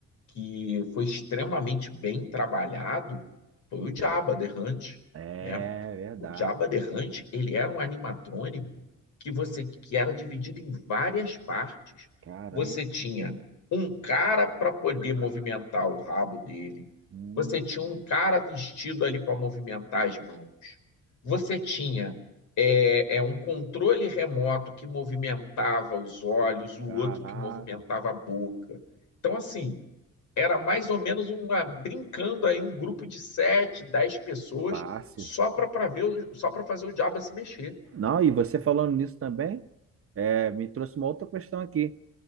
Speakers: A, on the left; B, on the right.
A: que foi extremamente bem trabalhado, foi o Jabba the Hutt,
B: É
A: né?
B: verdade.
A: O Jabba the Hutt, ele era um animatrônico que você que era dividido em várias partes.
B: Caramba.
A: Você tinha um cara para poder movimentar o rabo dele.
B: Hum,
A: Você tinha um cara vestido ali para movimentar as mãos. Você tinha é, é um controle remoto que movimentava os olhos, o
B: caraca,
A: outro que movimentava a boca. Então, assim, era mais ou menos uma brincando aí um grupo de sete, dez pessoas
B: fácil.
A: só para ver, só para fazer o diabo se mexer.
B: Não, e você falando nisso também, é, me trouxe uma outra questão aqui,